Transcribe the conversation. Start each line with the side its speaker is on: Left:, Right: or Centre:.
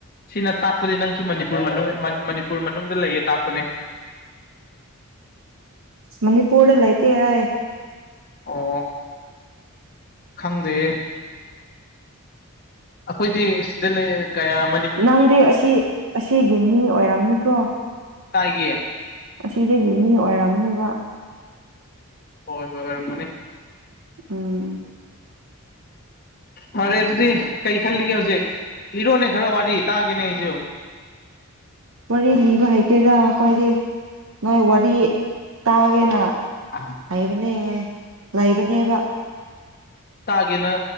Left: ꯁꯤꯅ ꯇꯥꯛꯄꯗꯤ ꯅꯪꯁꯨ ꯃꯅꯤꯄꯨꯔ ꯃꯅꯨꯡ ꯃꯅꯤ ꯃꯅꯤꯄꯨꯔ ꯃꯅꯨꯡꯗ ꯂꯩꯌꯦ ꯇꯥꯛꯄꯅꯦ
Right: ꯃꯅꯤꯄꯨꯔꯗ ꯂꯩꯇꯦ ꯑꯩ
Left: ꯑꯣ ꯈꯪꯗꯦ ꯑꯈꯣꯏꯗꯤ ꯁꯤꯗ ꯂꯩ ꯀꯌꯥ ꯃ
Right: ꯅꯪꯗꯤ ꯑꯁꯤ ꯑꯁꯤꯒꯤ ꯃꯤ ꯑꯣꯏꯔꯝꯅꯤꯀꯣ
Left: ꯀꯥꯏꯒꯤ
Right: ꯑꯁꯤꯗꯒꯤ ꯃꯤ ꯑꯣꯏꯔꯝꯅꯤꯕ
Left: ꯍꯣꯏ ꯍꯣꯏ ꯑꯣꯏꯔꯝꯒꯅꯤ
Right: ꯎꯝ
Left: ꯐꯔꯦ ꯑꯗꯨꯗꯤ ꯀꯩ ꯈꯜꯂꯤꯒꯦ ꯍꯧꯖꯤꯛ ꯂꯤꯔꯛꯑꯣꯅꯦ ꯈꯔ ꯋꯥꯔꯤ ꯇꯥꯒꯦꯅꯦ ꯑꯩꯖꯨ
Right: ꯋꯥꯔꯤ ꯂꯤꯕ ꯍꯩꯇꯦꯗ ꯑꯈꯣꯏꯗꯤ ꯅꯣꯏ ꯋꯥꯔꯤ ꯇꯥꯒꯦꯅ
Left: ꯑꯥꯍ
Right: ꯂꯩꯕꯅꯦ ꯂꯩꯕꯅꯦꯕ
Left: ꯇꯥꯒꯦꯅ